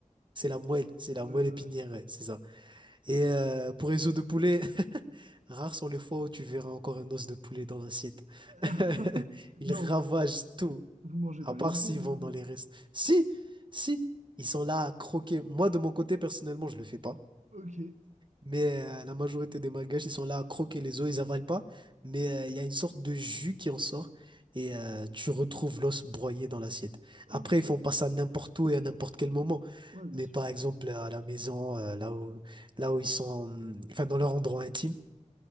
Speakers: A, on the right; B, on the right.
A: C'est la moelle, c'est la
B: Ouais,
A: moelle
B: ouais,
A: épinière,
B: ouais.
A: ouais, c'est ça. Et euh, pour les os de poulet, <laughs> rares sont les fois où tu verras encore un os de poulet dans l'assiette.
B: <laughs>
A: <laughs> Ils
B: Non,
A: ravagent
B: vous,
A: tout,
B: vous mangez
A: à
B: pas
A: part
B: les
A: s'ils
B: os non
A: vont
B: plus.
A: dans les restes. Si, si, ils sont là à croquer. Moi, de mon côté, personnellement, je le fais pas.
B: Ok,
A: Mais euh, la majorité des Malgaches, ils sont là à croquer les os, ils avalent pas. Mais euh, il y a une sorte de jus qui en sort et euh, tu retrouves l'os broyé dans l'assiette.
B: ok,
A: Après, ils font pas ça n'importe où et à n'importe quel moment.
B: ouais, bien
A: Mais
B: sûr.
A: par exemple, à la maison, euh, là où, là où ils sont, hum, enfin, dans leur endroit intime,